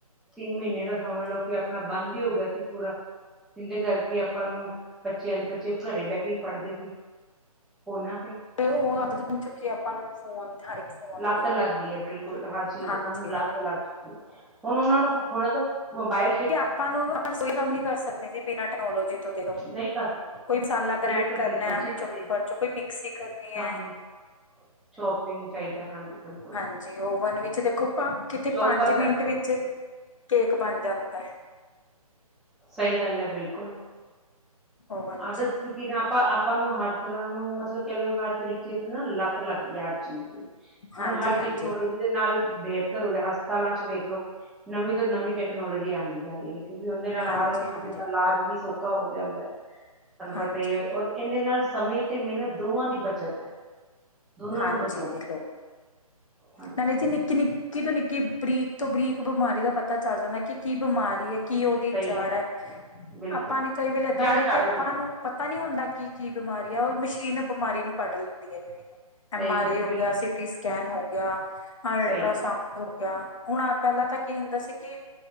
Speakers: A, in the centre; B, on the left.
A: ਤਿੰਨ ਮਹੀਨੇ ਦਾ ਸਮਝ ਲਓ ਕਿ ਆਪਣਾ ਬੰਦ ਹੀ ਹੋ ਗਿਆ ਸੀ ਪੂਰਾ ਜਿੰਦੇ ਕਰਕੇ ਆਪਾਂ ਨੂੰ ਬੱਚਿਆਂ ਦੇ ਬੱਚੇ ਘਰੇ ਬਹਿ ਕੇ ਹੀ ਪੜ੍ਹਦੇ ਸੀ ਫੋਨਾਂ ਤੇ
B: ਤੇ ਉਹ ਹੁਣ ਆਦਤ ਬਣ ਚੁੱਕੀ ਆਪਾਂ ਨੂੰ ਫੋਨ ਹਰ ਫੋਨ
A: ਲੱਤ
B: ਦੇ
A: ਲੱਗ ਗਈ ਹੈ ਬਿਲਕੁਲ ਹਰ ਚੀਜ਼
B: ਹਾਂਜੀ
A: ਉਹਨਾਂ ਨੂੰ ਲੱਤ ਲੱਗ ਚੁੱਕੀ ਹੈ ਹੁਣ ਉਹਨਾਂ ਨੂੰ ਕੁੱਖ ਉਹਨਾਂ ਤੋਂ ਮੋਬਾਈਲ
B: ਵੀ ਆਪਾਂ ਨੂੰ ਆਪਾਂ ਰਸੋਈ ਕੰਮ ਨੀ ਕਰ ਸਕਦੇ ਜ ਬਿਨਾਂ ਟੈਕਨੋਲੋਜੀ ਥੋਂ ਦੇਖੋ
A: ਨਹੀਂ ਕਰ ਸਕਦੇ
B: ਕੋਈ ਮਸਾਲਾ ਗ੍ਰੈਂਡ
A: ਬਿਲਕੁਲ
B: ਕਰਨਾ
A: ਬਿਲਕੁਲ ਜੀ
B: ਚੋਪਰ
A: ਘਰੇ
B: ਚ ਕੋਈ ਮਿਕਸੀ ਕਰਨੀ ਹੈ
A: ਤਾਂ ਵੀ ਸ਼ੋਪਿੰਗ ਚਾਹੀਦੈ ਹਾਂਜੀ। ਬਿਲਕੁਲ
B: ਹਾਂਜੀ ਓਵਨ ਵਿੱਚ ਦੇਖੋ ਕਿਥਤੇ
A: ਚੋਪਰ
B: ਪੰਜ
A: ਚਾਹੀਦਾ
B: ਮਿੰਟ ਵਿੱਚ ਕੇਕ ਬਣ ਜਾਂਦੈ
A: ਸਹੀ ਗੱਲ ਹੈ ਬਿਲਕੁਲ
B: ਓਵਨ
A: ਆਦਤ
B: ਚ
A: ਕੀ ਨਾ ਆਪਾਂ ਆਪਾਂ ਨੂੰ ਹਰ ਤਰ੍ਹਾਂ ਨੂੰ ਮਤਲਬ ਕਹਿ ਲਓ ਹਰ ਤਰੀਕੇ ਤੇ ਨਾ ਲੱਤ ਲੱਗੀ ਹੈ ਹਰ ਚੀਜ਼ ਦੀ।
B: ਹਾਂਜੀ
A: ਹੁਣ ਹਰ
B: ਹਾਂਜੀ
A: ਟੈਕਨੋਲੋਜੀ ਦੇ ਨਾਲ ਬਿਹਤਰ ਹੋ ਗਿਆ ਹਸਪਤਾਲਾਂ ਚ ਵੇਖ ਲੋ ਨਵੀਂ ਨਵੀ ਟੈਕਨੋਲੋਜੀ ਆਂਦੀ ਜਾ ਰਹੀ ਹੈ ਕਿਂਉਕਿ ਦੇ ਨਾਲ
B: ਹਾਂਜੀ
A: ਹਰ ਕਿਸੇ
B: ਹਾਂਜੀ
A: ਦਾ ਇਲਾਜ ਵੀ ਸੋਖਾ ਹੋ ਜਾਂਦਾ। ਤੁਹਾਨੂੰ ਪਤਾ
B: ਹਾਂਜੀ
A: ਹੀ ਹੈ ਔਰ ਇਹਦੇ ਨਾਲ ਸਮੇਂ ਤੇ ਮਿਹਨਤ ਦੋਵਾਂ ਦੀ ਬੱਚਤ ਹੈ। ਦੋਨਾਂ
B: ਹਾਂਜੀ
A: ਨੂੰ ਬਚਾਉਂਦਾ
B: ਦੇਖ ਲਓ
A: ਹਾਂਜੀ
B: ਨਾਲੇ ਤੇ ਨਿੱਕੀ ਨਿੱ ਨਿੱਕੀ ਤੋਂ ਨਿੱਕੀ ਬਰੀਕ ਤੋਂ ਬਰੀਕ ਬਿਮਾਰੀ ਦਾ ਪਤਾ ਚੱਲ ਜਾਂਦੈ ਕਿ ਕੀ ਬਿਮਾਰੀ ਹੈ ਕੀ ਉਹਦੀ
A: ਸਹੀ
B: ਜਾੜ
A: ਗੱਲ
B: ਹੈ
A: ਬਿਲਕੁਲ
B: ਆਪਾਂ ਨੇ ਕਈ ਵਾਰੀ ਏਦਾਂ
A: ਜੜ
B: ਹੁੰਦੀ
A: ਕੱਢ
B: ਏ ਕਿ ਆਪਾਂ
A: ਦਿੰਦਾ ਹੈ।
B: ਨੂੰ ਪਤਾ ਨਹੀਂ ਹੁੰਦਾ ਕੀ ਕੀ ਬਿਮਾਰੀ ਆ ਉਹ ਮਸ਼ੀਨ ਬਿਮਾਰੀ ਨੂੰ ਕੱਢ ਲੈਂਦੀ ਹੈ ਜ। ਐਮ
A: ਸਹੀ
B: ਆਰ
A: ਗੱਲ
B: ਏ
A: ਹੈ
B: ਹੋ
A: ਬਿਲਕੁਲ
B: ਗਿਆ ਸੀਟੀ ਸਕੈਨ ਹੋ ਗਿਆ ਅਲਟਰਾਸਾਊਂਡ
A: ਸਹੀ ਗੱਲ
B: ਹੋ ਗਿਆ ਹੁਣ ਪਹਿਲਾਂ ਤਾਂ ਕੀ ਹੁੰਦਾ ਸੀ ਕਿ